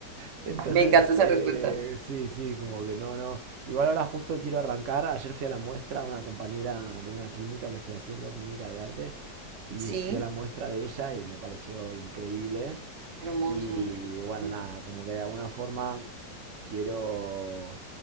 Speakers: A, on the right; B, on the right.
A: Entonces,
B: Me encanta esa
A: eh,
B: respuesta.
A: sí, sí, como que no, no. Igual ahora justo quiero arrancar. Ayer fui a la muestra a una compañera de una clínica que estoy haciendo, clínica de arte, y
B: Sí,
A: fui a la muestra de ella y me pareció increíble.
B: hermoso.
A: Y
B: qué chévere.
A: bueno, nada, como que de alguna forma quiero...